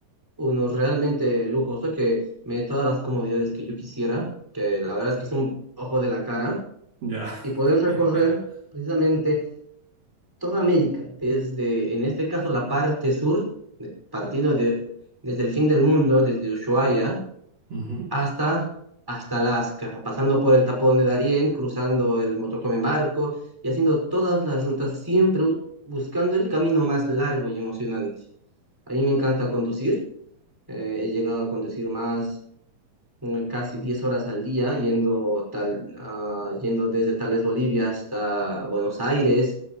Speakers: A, in the centre; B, on the right (about 45°).
A: uno realmente lujoso que me dé todas las comodidades que yo quisiera, que la verdad es que es un ojo de la cara,
B: Ya.
A: y poder recorrer
B: <laughs>
A: precisamente toda América, desde, en este caso, la parte sur, de- partiendo de, desde el fin del mundo, desde Ushuaia
B: Ujú,
A: hasta, hasta Alaska, pasando por el tapón de Darién, cruzando el Motorhome en barco y haciendo todas las rutas, siempre u- buscando el camino más largo y emocionante. A mí me encanta conducir, eh, he llegado a conducir más mm, casi 10 horas al día yendo, tal, ah, yendo desde tal vez Bolivia hasta Buenos Aires.